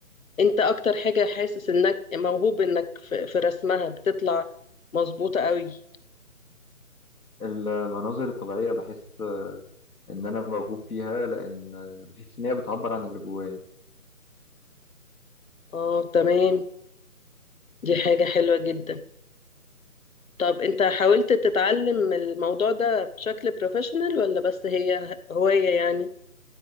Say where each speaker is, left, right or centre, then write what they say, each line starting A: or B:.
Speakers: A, on the left (about 60°); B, on the left (about 90°).
A: انت اكتر حاجه حاسس انك موهوب انك في, في رسمها بتطلع مظبوطه قوي
B: المناظر الطبيعية بحس إن أنا موهوب فيها لأن بحس إن هي بتعبر عن اللي جوايا
A: اه تمام دي حاجة حلوة جدا طب انت حاولت تتعلم الموضوع ده بشكل بروفيشنال ولا بس هي هواية يعني